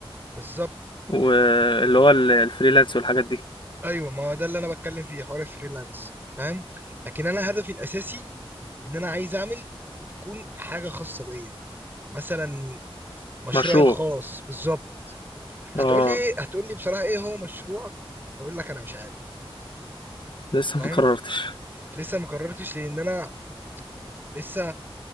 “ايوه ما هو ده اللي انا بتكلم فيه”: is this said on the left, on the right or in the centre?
Right